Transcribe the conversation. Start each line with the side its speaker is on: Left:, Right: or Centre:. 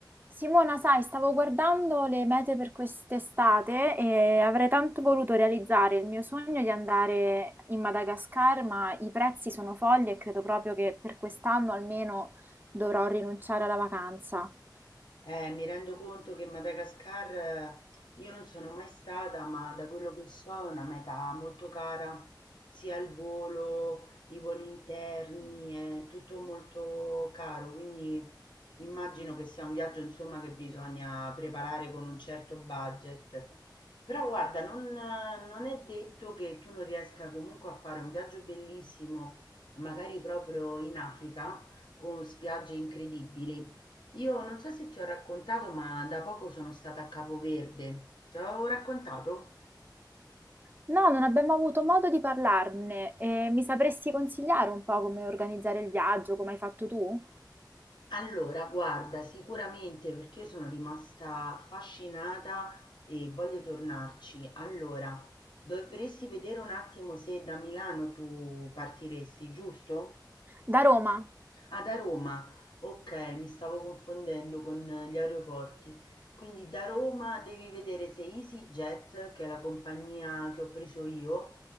Right: Simona, sai, stavo guardando le mete per quest'estate e avrei tanto voluto realizzare il mio sogno di andare in Madagascar, ma i prezzi sono folli e credo proprio che per quest'anno almeno dovrò rinunciare alla vacanza.
Left: Eh, mi rendo conto che Madagascar eh, io non sono mai stata, ma da quello che so è una meta molto cara, sia il volo, i voli interni, è tutto molto caro, quindi immagino che sia un viaggio, insomma, che bisogna preparare con un certo budget. Però guarda, non, non è detto che tu non riesca comunque a fare un viaggio bellissimo, magari proprio in Africa, con spiagge incredibili. Io non so se ti ho raccontato, ma da poco sono stata a Capoverde. Te l'avevo raccontato?
Right: No, non abbiamo avuto modo di parlarne e mi sapresti consigliare un po' come organizzare il viaggio, come hai fatto tu?
Left: Allora, guarda, sicuramente perché io sono rimasta affascinata e voglio tornarci. Allora, dovresti vedere un attimo se da Milano tu partiresti, giusto?
Right: Da Roma.
Left: Ah, da Roma. Ok, mi stavo confondendo con eh, gli aeroporti. Quindi da Roma devi vedere se EasyJet, che è la compagnia che ho preso io,